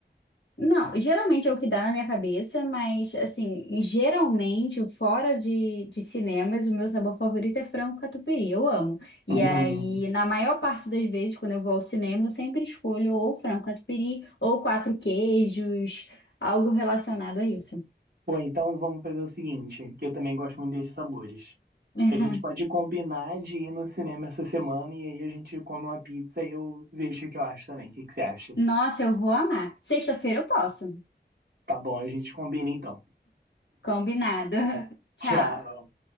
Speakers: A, on the left (about 85°); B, on the right (about 55°).
A: Não, geralmente é o que dá na minha cabeça, mas assim, geralmente, fora de, de cinemas, o meu sabor favorito é frango catupiry, eu amo. E
B: Hum.
A: aí, na maior parte das vezes, quando eu vou ao cinema, eu sempre escolho ou frango catupiry ou quatro queijos, algo relacionado a isso.
B: Pô, então vamos fazer o seguinte, que eu também gosto muito desses sabores.
A: <laughs>
B: A gente pode combinar de ir no cinema essa semana e aí a gente come uma pizza e eu vejo o que eu acho também. O que que você acha?
A: Nossa, eu vou amar. Sexta-feira eu posso.
B: Tá bom, a gente combina então.
A: Combinado. <laughs> Tchau.
B: Tchau.